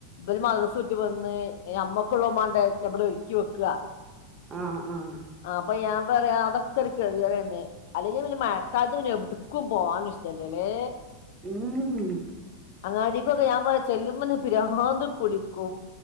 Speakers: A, on the left; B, on the right.
A: ബല് മദ്രസ് വി - വന്ന് ഞമ്മക്ക് ഉള്ളത് മാണ്ട ഇവിടെ ഒരുക്കി വെക്ക
B: ആഹ് ആഹ്
A: ആ അപ്പൊ ഞാൻ പറയാ അതൊക്കൊര് കഴുകലെന്നെ അല്ലെങ്കി പിന്നെ മഴക്കാലത്ത് പിന്നെവ്ട്ക്കും പോവാനുഷ്ടല്ലല്ലേ
B: ഊ ഉം
A: അങ്ങാടിക്കൊക്കെ ഞാൻ പോയാ ചെല്ലുമ്പ ന്നെ പ്‌രാന്ത് പിടിക്കും